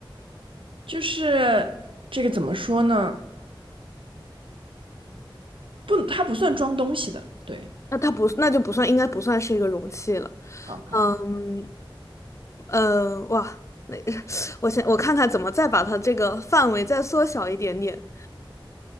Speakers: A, on the right; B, on the left.
A: 就是这个怎么说呢？不，它不算装东西的，对。
B: 那它不，那就不算，应该不算是一个容器了。
A: 好好，
B: 嗯，嗯哇，那 <laughs> 我先我看看怎么再把它这个范围再缩小一点点。